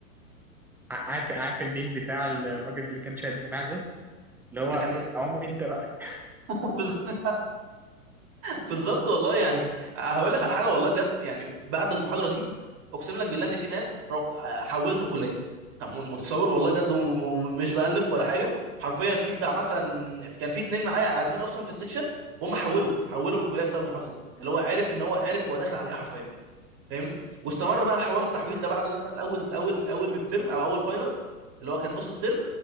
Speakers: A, in the centre; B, on the right.
A: عارف عارف الميم بتاع الراجل اللي كان شايل المعزه اللي هو
B: اللي كان ايه
A: عم انت بقى
B: <laughs> بالظبط والله يعني هقول لك على حاجه والله بجد يعني بعد المحاضره دي اقسم لك بالله ان في ناس رو- حولت من الكليه طب متصور والله بجد ومش بألف ولا حاجه حرفيا في بتاع مثلا كان في اتنين معايا قاعدين اصلا في السكشن هم حولوا حولوا من الكليه بسبب المحاضره دي اللي هو عرف ان هو عرف هو داخل على ايه حرفيا فاهمني واستمر بقى حوار التحويل ده بعد مثلا اول اول اول من الترم او اول فاينل اللي هو كان نص الترم